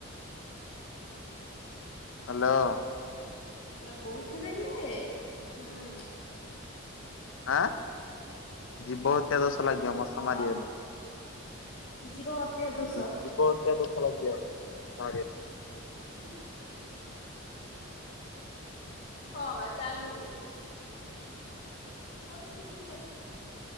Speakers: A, on the left; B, on the left.
A: ହାଲୋ।
B: ଏ ଗୋଇଠା ଦେବେ ଏ ହୁଁ।
A: ଆଁ ଜୀବ ହତ୍ୟା ଦୋଷ ଲାଗିବ ମଶା
B: କଣ
A: ମାରିଗଲେ।
B: ଜୀବ ଦୋଷ
A: ଜୀ-ଜୀବ ହତ୍ୟା ଦୋଷ ଲାଗିବ <unintelligible>
B: ହ <inaudible> ହଁ ବା ଚାଲୁନି ମୋର